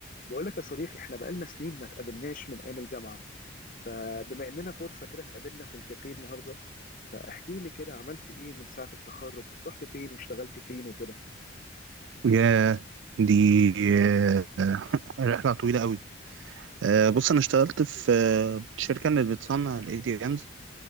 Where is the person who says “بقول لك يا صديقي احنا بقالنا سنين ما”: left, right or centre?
Left